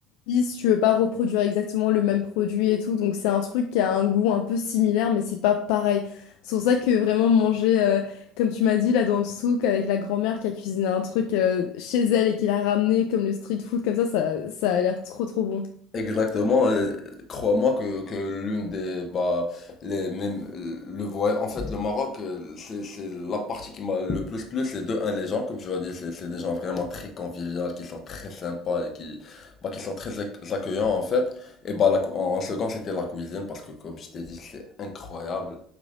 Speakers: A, on the left; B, on the left.
A: si tu veux pas reproduire exactement le même produit et tout, donc c'est un truc qui a un goût un peu similaire, mais c'est pas pareil. C'est pour ça que vraiment manger, euh, comme tu m'as dit là dans le souk avec la grand-mère qui a cuisiné un truc euh, chez elle et qui l'a ramené comme le street food, comme ça, ça, ça a l'air trop trop bon.
B: Exactement, euh, crois-moi que, que l'une des bah les même le voyage en fait le Maroc euh, c'est c'est la partie qui m'a le plus plu c'est de un les gens comme tu as dit c'est c'est des gens vraiment très conviviaux qui sont très sympas et qui bah qui sont très ac- accueillants en fait et bah la cou- en, en second c'était la cuisine parce que comme je t'ai dit c'est incroyable